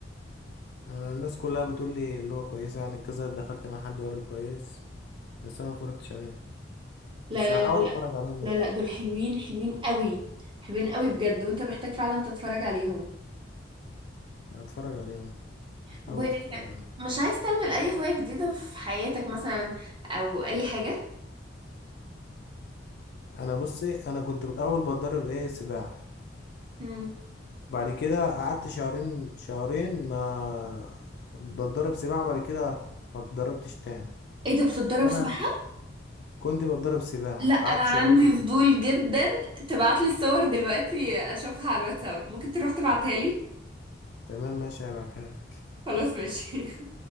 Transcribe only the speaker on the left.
انا الناس كلها بتقول لي اللي هو كويس يعني كذا دخلت مع حد وقال لي كويس بس انا ما اتفرجتش عليها
بس هحاول
اتفرج
عليهم
يعني
هتفرج عليهم هحاول
اتفرج عليهم
انا بصي انا كنت بتأول بتدرب ايه سباحة
بعد كده قعدت شهرين شهرين ما بتدرب سباحة بعد كده ما اتدربتش تاني
انا
كنت بتدرب سباحة
قعدت
شهرين بالظبط
تمام ماشي هبعتها لك